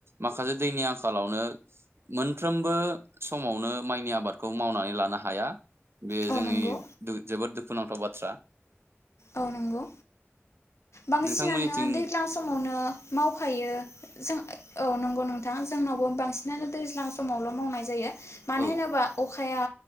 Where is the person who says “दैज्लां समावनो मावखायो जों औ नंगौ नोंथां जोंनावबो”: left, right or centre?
Left